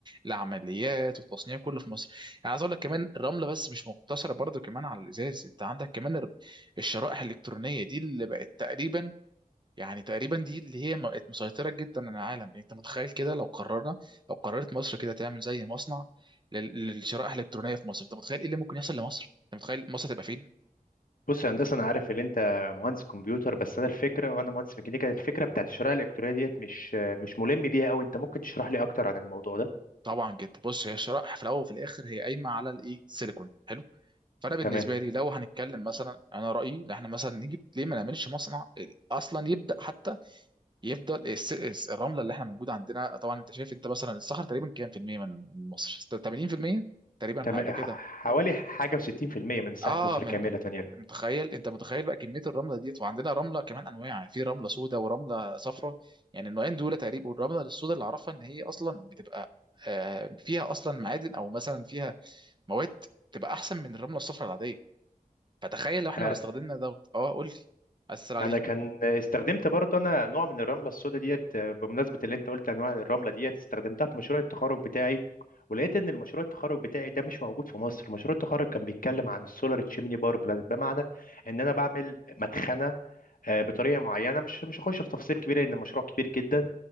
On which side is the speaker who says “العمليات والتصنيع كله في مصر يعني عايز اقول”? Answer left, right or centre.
Right